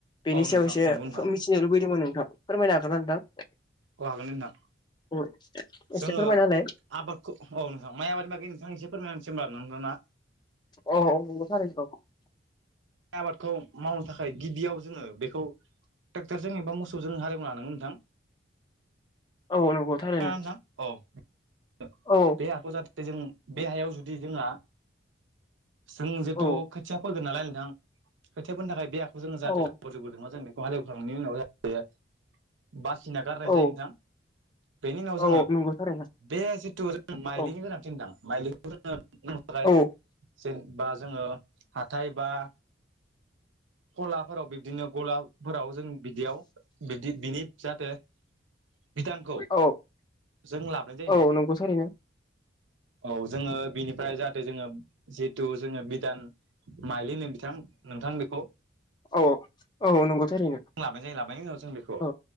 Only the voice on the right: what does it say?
औ
नोंथां
नंगौ नोंथां
अ हागोन नोंथां।
जोङो
आबादखौ औ नोंथां माइ आबादनि बागै नोंथां एसे फोरमायसै होमबा <unintelligible> ना
माइ आबादखौ मावनो थाखाय गिबियाव जोङो बेखौ ट्रेक्टरजों एबा मोसौजों हालेवना लानांगोन नोंथां।
थां <unintelligible>
बे हाखौ जाहाथे जों बे हायाव जुदि जोंहा जों जेथु
खोथिया फोगोन नालाय नोंथां। खोथिया फोनो थाखाय बे हाखौ जोङो
जाहाथे <unintelligible> बेखौ हालेवखांनायनि उनाव जा बेयो बासिना गारनाय
जायो नोंथां। बेनि उनाव
जोङो
बे जिथु <inaudible> माइलिनि
गोनां। थिनदां माइलिखौ जोङो <inaudible>
जेन बा जोङो हाथाय बा खलाफोराव बिदिनो गलाफोराव जों बिदियाव बिदि बिनि जाहाथे बिधानखौ
जों लाबोनाय जायो <unintelligible>
औ जोङो बिनि- फ्राय जाहाथे जोङो जिहेथु जोङो बिधान माइलि होनो बिथां नोंथां बेखौ।
लाबाय जायो लाबायनि उनाव जों बेखौ